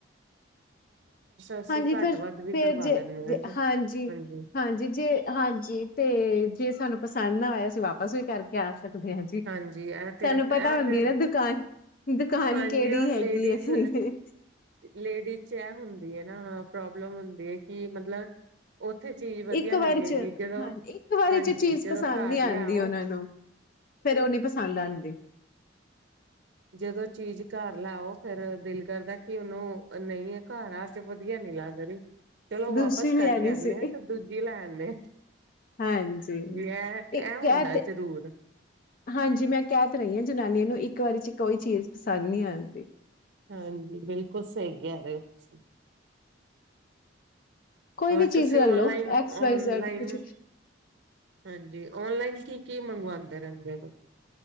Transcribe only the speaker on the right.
ਅਸੀਂ
ਘੱਟ
ਵੱਧ ਵੀ ਕਰਵਾ
ਲੈਂਦੇ ਹਾਂ ਜੀ
ਹਾਂਜੀ
ਹਾਂਜੀ ਇਹ
ਤੇ ਇਹ
ਤੇ
ਹਾਂਜੀ,
ਔਰ ਲੇਡੀਜ਼
-ਲੇਡੀਜ਼ ਚੈ ਹੁੰਦੀ ਨਾ ਪ੍ਰੋਬਲਮ ਹੁੰਦੀ ਹੈ ਕਿ, ਮਤਲਬ ਉੱਥੇ ਚੀਜ਼ ਵਧੀਆ
ਲੱਗੇਗੀ
ਜਦੋਂ
ਹਾਂਜੀ
ਜਦੋਂ
ਘਰ
ਲੈਓ
ਜਦੋਂ ਚੀਜ਼ ਘਰ ਲਾਓ, ਫੇਰ ਦਿਲ ਕਰਦਾ ਕਿ ਉਹਨੂੰ ਨਹੀਂ ਆ ਘਰ ਆ ਕੇ ਵਧੀਆ ਨੀ ਲੱਗ ਰਹੀ। ਚਲੋ
ਵਾਪਸ
ਕਰਕੇ
ਆਨੇ
ਆ ਤੇ ਦੂਜੀ ਲੈ ਆਨੇ ਆ
ਇਹ ਇਹ
ਹੁੰਦਾ
ਜ਼ਰੂਰ
ਹਾਂਜੀ, ਬਿਲਕੁਲ ਸਹੀ ਕਿਹ ਰਹੇ ਹੋ ਤੁਸੀ।
ਹੋਰ
ਤੁਸੀਂ
ਓਲਾਈਨ,
ਓਨਲਾਈਨ,
ਹਾਂਜੀ ਓਨਲਾਈਨ ਕੀ ਕੀ ਮੰਗਵਾੰਦੇ ਰਹਿੰਦੇ ਰ